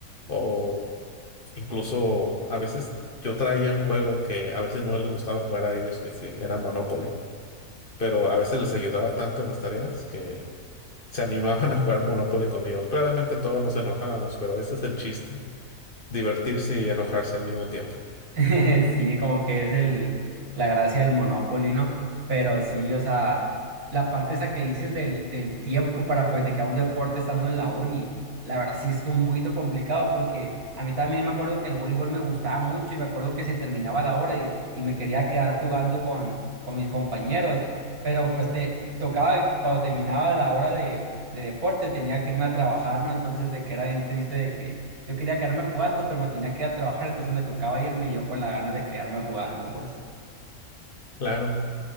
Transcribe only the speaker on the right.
<laughs> Sí, como que es el, la gracia del Monopoly, ¿no? Pero sí, o sea, la parte esa que dices del, del tiempo para practicar un deporte estando en la uni, la verdad sí es un poquito complicado porque a mí también me acuerdo que el voleibol me gustaba mucho y me acuerdo que se terminaba la hora y, y me quería quedar jugando con, con mis compañeros, pero pues te tocaba que cuando terminaba la hora de, de deporte tenía que irme a trabajar, ¿no? Entonces de que era bien triste de que yo quería quedarme jugando, pero me tenía que ir a trabajar, entonces me tocaba irme y yo con las ganas de quedarme jugando, pues.